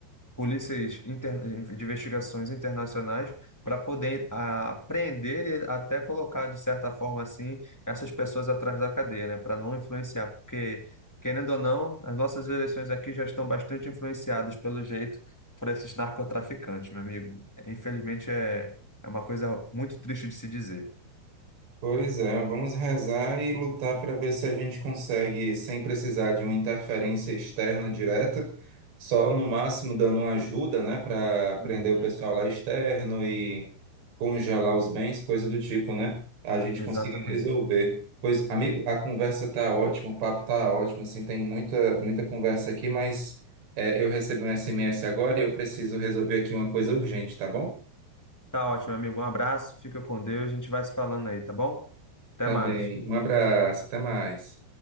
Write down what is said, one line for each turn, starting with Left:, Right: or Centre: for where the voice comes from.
Centre: polícias inter- de investigações internacionais para poder ah, e até colocar, de certa forma, assim, essas pessoas atrás da cadeia, né? Para não influenciar, porque, querendo ou não, as nossas eleições aqui já estão bastante influenciadas, pelo jeito, por esses narcotraficantes, meu amigo. Infelizmente, é, é uma coisa muito triste de se dizer.
Right: Pois é, vamos rezar e lutar para ver se a gente consegue, sem precisar de uma interferência externa direta, só no máximo dando uma ajuda, né, para prender
Centre: Uhum,
Right: o pessoal lá externo e congelar os bens, coisa do tipo, né? A gente
Centre: exatamente.
Right: conseguir resolver. Pois, amigo, a conversa tá ótima, o papo tá ótimo, assim, tem muita, muita conversa aqui, mas é, eu recebi um SMS agora e eu preciso resolver aqui uma coisa urgente, tá bom?
Centre: Tá ótimo, amigo. Um abraço, fica com Deus, a gente vai se falando aí, tá bom? Até
Right: Tá
Centre: mais.
Right: bem, um abraço, até mais.